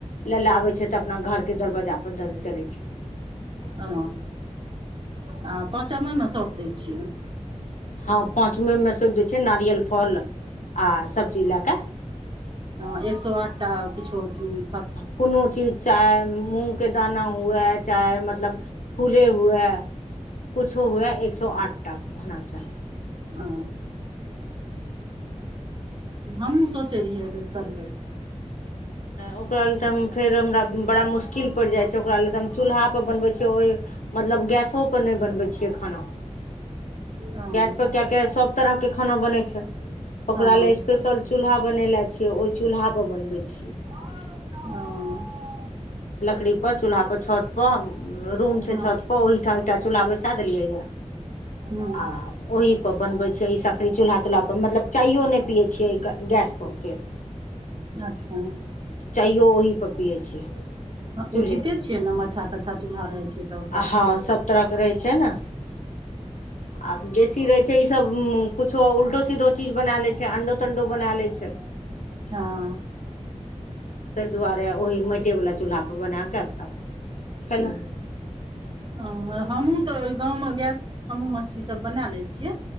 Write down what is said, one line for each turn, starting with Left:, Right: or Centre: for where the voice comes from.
Left: ले ले आबे छै तऽ अपना घर के दरवजा पर जड़े छै
Right: अ हँ पाँचममे सौंप दै छियै
Left: हँ पाँचमे मे सब दै छिये नारियल फल आ सब चीज लए कऽ
Right: हँ एक सौ आठ टा किछो की
Left: कोनो चीज चाहे मूँगके दाना हुए चाहे मतलब फूले हुए कुछो हुए एक सौ आठटा होना चाही
Right: अ हमहूँ सोचै रहियै एहिबेर करबे
Left: ओकरा लेल तऽ हम फेर हमरा बड़ा मुश्किल पड़ि जाइ छै ओकरा लेल तऽ हम चूल्हापर बनबै छियै ओइ मतलब गैसो पर नहि बनबै छियै खाना
Right: हँ
Left: गैस पर कियाके सब तरहके खाना बने छै ओकरा
Right: हँ
Left: लेल स्पेशल चूल्हा बनेेले छियै ओहि चूल्हा पर बनबै छियै
Right: ओ
Left: लकड़ी पर चूल्हा पर छत पर रूम छै
Right: हँ
Left: छत पर ओहि ठाम एकटा चूल्हा बैसा देलियै या
Right: हूँ
Left: आ ओहिपर बनबै छै ई सकरी चल्हाुल्हाप मलब चायओ नहि पिये छियै गे गैसपर फेर
Right: अच्छा
Left: चायो ओहिप पियै छियै
Right: हँ
Left: चूल्हेके
Right: उचिते छियै न मच्छा ताछा चूलहा रहै छै तऽ ओकर
Left: आ हँ सभ तरहके रहै छै न आ बेसी रहे छै ईसभ कुछो उल्टो सीधो चीज बना ले छै अंडो तंडो बना लै छै
Right: हँ
Left: तहि दुआरे ओहि माटे वला चूल्हापर बना कऽ तब खेलहुँ
Right: <inaudible> हँ हमहूँ तऽ ओहि गाँवमे गैस हमहूँ मछलीसभ बनै लै छियै